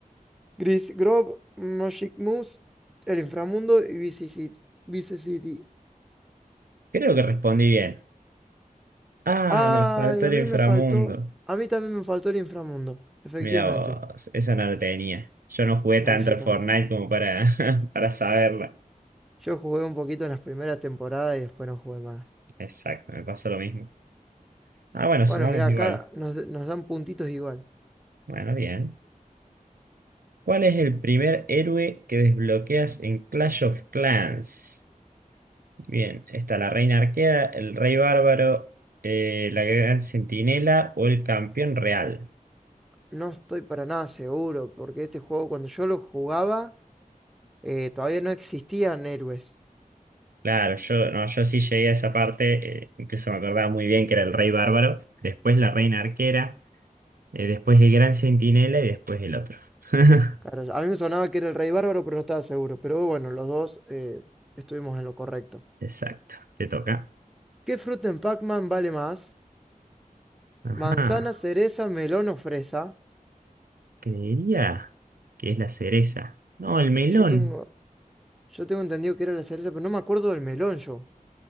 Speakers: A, in the centre; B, on the right.
A: Gris Grove, Magic Moose, El Inframundo y Vice City.
B: Creo que respondí bien. Ah,
A: Ay,
B: me faltó
A: a
B: el
A: mí
B: inframundo.
A: me faltó, a mí también me faltó el inframundo, efectivamente.
B: Mira vos, esa no la tenía. Yo no jugué tanto
A: No, yo
B: al
A: tampoco.
B: Fortnite como para, <laughs> para saberla.
A: Yo jugué un poquito en las primeras temporadas y después no jugué más.
B: Exacto, me pasó lo mismo. Ah, bueno, sumamos
A: Bueno, mirá,
B: igual.
A: acá nos, nos dan puntitos igual.
B: Bueno, bien. ¿Cuál es el primer héroe que desbloqueas en Clash of Clans? Bien, está la Reina Arquera, el Rey Bárbaro, eh, la Gran Centinela o el Campeón Real.
A: No estoy para nada seguro, porque este juego cuando yo lo jugaba, eh, todavía no existían héroes.
B: Claro, yo, no, yo sí llegué a esa parte, eh, incluso me acordaba muy bien que era el Rey Bárbaro. Después la Reina Arquera. Eh, después el Gran Centinela y después el otro. <laughs>
A: Claro, a mí me sonaba que era el Rey Bárbaro, pero no estaba seguro. Pero bueno, los dos eh, estuvimos en lo correcto.
B: Exacto, te toca.
A: ¿Qué fruta en Pac-Man vale más?
B: Ajá,
A: ¿Manzana, cereza, melón o fresa?
B: creería que es la cereza. No, el melón.
A: Yo tengo. Yo tengo entendido que era la cereza, pero no me acuerdo del melón yo.